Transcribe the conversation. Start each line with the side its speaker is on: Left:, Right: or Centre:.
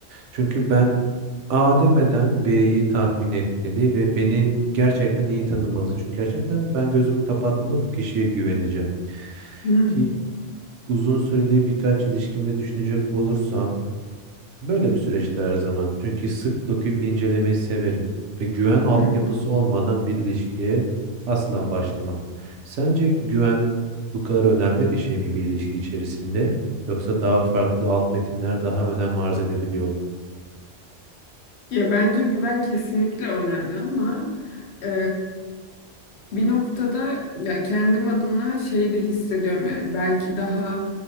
Right: Çünkü ben A demeden B'yi tahmin etmeli ve beni gerçekten iyi tanımalı. Çünkü gerçekten ben gözümü kapattığımda bu kişiye güveneceğim.
Left: Hı
Right: Ki uzun süreli birkaç ilişkimde düşünecek olursam Böyle bir süreçte her zaman. Çünkü sık dokuyup incelemeyi severim ve güven altyapısı
Left: hı.
Right: olmadan bir ilişkiye asla başlamam. Sence güven bu kadar önemli bir şey mi bir ilişki içerisinde? Yoksa daha farklı alt metinler daha önem arz edebiliyor mu?
Left: Ya bence güven kesinlikle önemli ama e, bir noktada ya kendim adına şey de hissediyorum yani belki daha